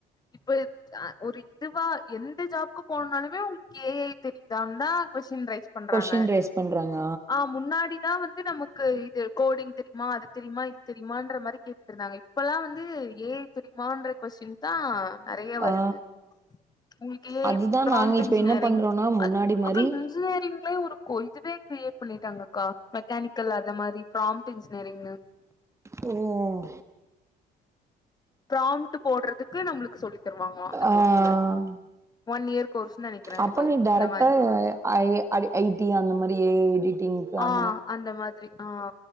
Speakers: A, on the left (about 25°); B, on the right (about 15°).
A: இப்ப ஆ ஒரு இதுவா எந்த ஜாப்கு போனுனாலமே உங்களுக்கு ஏ ஐ தெரியுதான்னு தா கொஸ்டீன் ரைஸ் பண்றாங்க
B: கொஸ்டின் ரைஸ் பண்றாங்க
A: ஆ முன்னாடிதா வந் து நமக்கு இது கோடிங் தெரியுமா அது தெரியுமா இது தெரியுமான்ற மாரி கேட்டுட்டு இருந்தாங்க இப்பல்லா வந்து ஏ ஐ தெரியுமான்ற கொஸ்டின் தா நெறைய வருது
B: ஆ
A: உங்களுக்கு ஏ ஐ
B: அதுதா
A: பராம்ட்
B: நாங்க இப்ப
A: இன்ஜினியரிங்
B: என்ன பண்றோனா முன்னாடி
A: அது
B: மாரி
A: அக்கா இப்ப நிங்க ச் இன்ஜினியரிங்க்ளேயே ஒரு கோ இதுவே கிரியேட் பண்ணிட்டாங்கக்கா மெக்கானிக்கல்ல அந்த மாரி ப்ராம்ட் இன்ஜின்யரிங்னு
B: ம்
A: ப்ரோம்ட்டு போடுறதுக்கு நம்மளுக்கு சொல்லி தருவாங்களா அந்த
B: ஆ
A: கோர்ஸ்ல ஒன் இயர் கோர்ஸ்ன்னு நெனைக்கிறே
B: அப்ப
A: ஏதோ
B: நீ டைரக்டா
A: அந்த மாரி
B: ஐ ஐ ஐடி அந்த மாரி ஏ ஐ எடிங்கு அ
A: ஆ அந்த மாதிரி ஆ